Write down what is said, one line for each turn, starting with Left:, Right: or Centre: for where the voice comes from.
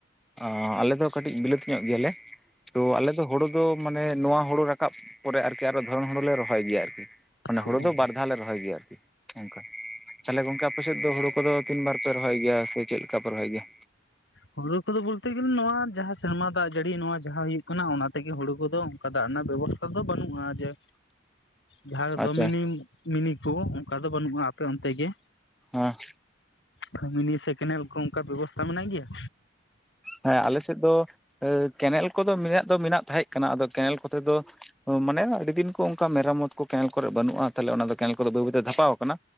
Centre: ᱚᱻ ᱟᱞᱮ ᱫᱚ ᱠᱟᱹᱴᱤᱡ ᱵᱤᱞᱟᱹᱫ ᱧᱚᱜ ᱜᱮᱭᱟᱞᱮ᱾ ᱛᱚ ᱟᱞᱮ ᱫᱚ ᱦᱩᱲᱩ ᱫᱚ ᱢᱟᱱᱮ ᱱᱚᱣᱟ ᱦᱩᱲᱩ ᱨᱟᱠᱟᱵ ᱯᱚᱨᱮ ᱟᱹᱨᱠᱤ ᱟᱨᱚ ᱫᱷᱚᱨᱚᱱ ᱦᱩᱲᱩᱞᱮ ᱨᱚᱦᱚᱭ ᱜᱮᱭᱟ ᱟᱹᱨᱠᱤ᱾ ᱢᱟᱱᱮ
Left: ᱚ
Centre: ᱦᱳᱲᱳ ᱫᱚ ᱵᱟᱨ ᱫᱷᱟᱣ ᱞᱮ ᱨᱚᱦᱚᱭ ᱜᱮᱭᱟ ᱟᱹᱨᱠᱤ᱾ ᱚᱱᱠᱟ ᱛᱟᱦᱚᱸᱞᱮ ᱜᱚᱝᱠᱮ ᱟᱯᱮᱥᱮᱫ ᱫᱚ ᱦᱳᱲᱳ ᱠᱚᱫᱚ ᱛᱤᱱ ᱵᱟᱨ ᱯᱮ ᱨᱚᱦᱚᱭ ᱜᱮᱭᱟ ᱥᱮ ᱪᱮᱫ ᱞᱮᱠᱟ ᱯᱮ ᱨᱚᱦᱚᱭ ᱜᱮᱭᱟ᱾
Left: ᱦᱳᱲᱳ ᱠᱚᱫᱚ ᱵᱚᱞᱛᱮ ᱜᱮᱞᱮ ᱱᱚᱣᱟ ᱡᱟᱦᱟᱸ ᱥᱮᱨᱢᱟ ᱫᱟᱜ ᱡᱟᱹᱲᱤ ᱱᱚᱣᱟ ᱡᱟᱦᱟᱸ ᱦᱩᱭᱩᱜ ᱠᱟᱱᱟ ᱚᱱᱟ᱾ ᱛᱮᱜᱮ ᱦᱩᱲᱩ ᱠᱚᱫᱚ ᱚᱱᱠᱟ ᱫᱟᱜ ᱨᱮᱱᱟᱜ ᱵᱮᱵᱚᱥᱛᱷᱟ ᱫᱚ ᱵᱟᱹᱱᱩᱜ-ᱟ ᱡᱮ᱾
Centre: <inaudible>
Left: ᱡᱟᱦᱟᱸ ᱨᱮᱫᱚ
Centre: ᱟᱪᱪᱷᱟ
Left: ᱢᱤᱱᱤ ᱢᱤᱱᱤ ᱠᱚ ᱚᱱᱠᱟ ᱫᱚ ᱵᱟᱹᱱᱩᱜ-ᱟ ᱟᱯᱮ ᱚᱱᱛᱮ ᱜᱮ᱾
Centre: ᱦ
Left: ᱠᱟᱹᱢᱤᱱᱤ ᱥᱮ ᱠᱮᱱᱮᱞ ᱠᱚ ᱚᱝᱠᱟ ᱵᱮᱵᱚᱥᱛᱷᱟ ᱢᱮᱱᱟᱜ ᱜᱮᱭᱟ?
Centre: ᱦᱮᱸ ᱟᱞᱮ ᱥᱮᱫ ᱫᱚ, ᱠᱮᱱᱮᱞ ᱠᱚᱫᱚ ᱢᱮᱱᱟᱜ ᱫᱚ ᱢᱮᱱᱟᱜ ᱛᱟᱦᱮᱸᱜ ᱠᱟᱱᱟ ᱟᱫᱚ ᱠᱮᱱᱮᱞ ᱠᱚᱛᱮ ᱫᱚ ᱚ ᱢᱟᱱᱮ ᱟᱹᱰᱤ ᱫᱤᱱ ᱠᱚ ᱚᱝᱠᱟ ᱢᱮᱨᱟᱢᱚᱛ ᱠᱚ ᱠᱮᱱᱮᱞ ᱠᱚᱨᱮᱜ ᱵᱟᱹᱱᱩᱜᱼᱟ ᱛᱟᱦᱚᱞᱮ ᱚᱱᱟ ᱫᱚ ᱠᱮᱱᱮᱞ ᱠᱚᱫᱚ ᱵᱟᱹᱭ ᱵᱟᱹᱭᱛᱮ ᱫᱷᱟᱯᱟᱣ‌ ᱟᱠᱟᱱᱟ᱾